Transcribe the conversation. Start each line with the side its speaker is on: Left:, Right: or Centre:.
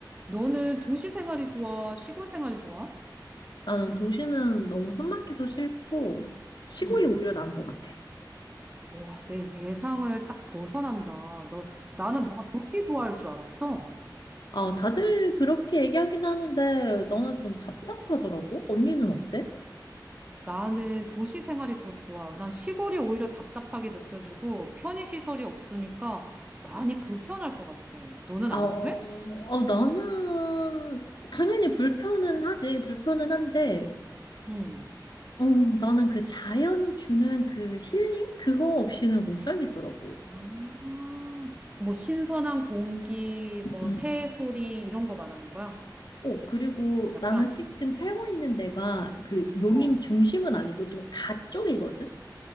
Right: 너는 도시 생활이 좋아? 시골 생활이 좋아?
Left: 나는 도시는 너무 숨막혀서 싫고 시골이
Right: 응.
Left: 오히려 나은 것 같아.
Right: 와, 내 예상을 딱 벗어난다. 너, 나는 너가 도시 좋아할 줄 알았어.
Left: 아, 다들 그렇게 얘기하긴 하는데 나는 좀 답답하더라고. 언니는 어때?
Right: 나는 도시 생활이 더 좋아. 난 시골이 오히려 답답하게 느껴지고 편의시설이 없으니까 많이 불편할 것 같아. 너는
Left: 아,
Right: 안
Left: 어,
Right: 그래?
Left: 어, 나는 당연히 불편은 하지. 불편은 한데
Right: 응.
Left: 어, 나는 그 자연이 주는 그 힐링? 그거 없이는 못 살겠더라고.
Right: 와, 그 뭐 신선한 공기, 뭐
Left: 음.
Right: 새 소리 이런 거 말하는 거야?
Left: 어, 그리고
Right: 약간,
Left: 나는 지금 살고 있는 데가 그 용인
Right: 어,
Left: 중심은 아니고 좀 가쪽이거든?